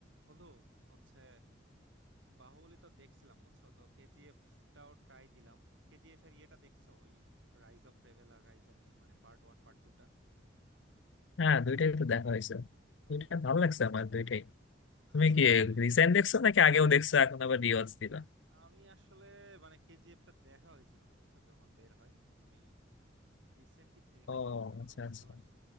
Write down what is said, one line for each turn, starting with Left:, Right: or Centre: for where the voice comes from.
Right: বন্ধু হচ্ছে বাহুবলী তো দেখছিলাম বুঝছো তো কেজিএফ টাও ট্রাই দিলাম কেজিএফ এর ইয়েটা দেখছো ওই রাইজ অফ রেবেল আর রাইজ অফ কিং মানে পার্ট ওয়ান পার্ট টু টা
Left: হ্যাঁ দুইটাই তো দেখা হয়েছে
Right: ও
Left: দুইটা ভালো লাগছে আমার দুইটাই তুমি
Right: আসলে
Left: কি
Right: মানে
Left: রিসেন্ট
Right: বেশ
Left: দেখছো নাকি আগেও দেখছো এখন আবার রিওয়াজ দিলা
Right: আমি আসলে মানে কেজিএফ টা দেখা হয়েছিল না বুঝছো যখন বের হয় আমি রিসেন্টলি দেখছি
Left: ও
Right: বলতে পারো
Left: আচ্ছা
Right: বুঝতে
Left: আচ্ছা
Right: পারছো